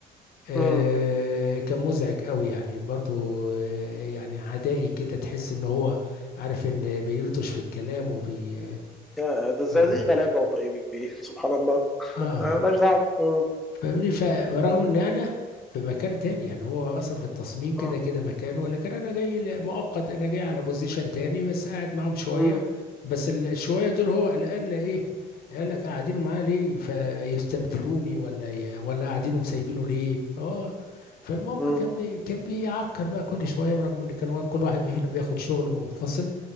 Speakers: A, on the left (about 65°); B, in the centre.
A: آه،
B: امم
A: كان مزعج قوي يعني برضو آه، يعني عدائي كده تحس ان هو عارف ان بيلطش في الكلام وبي
B: آه، ده الزقازيق
A: اه
B: غلابه وطيب إيه، سبحان الله <laughs>
A: آه.
B: مالناش دعوه آه،
A: فاهمني ف- ورغم ان انا في مكان تاني يعني هو اصلا في التصميم كده
B: آه،
A: كده مكانه لكن انا جاي ل- مؤقت انا جاي على بوزيشن تاني بس قاعد معاهم شويه
B: مم،
A: بس ال- الشويه دول هو قلقان لايه قال لك قاعدينه معاه ليه فيستبدلوني ولا ي... ولا قاعدينه مسايبينه ليه اه فالمهم
B: مم،
A: كان بي... كان بيعكر بقى كل شويه برغم ان كان وا- كل واحد فينا بياخد شغل منفصل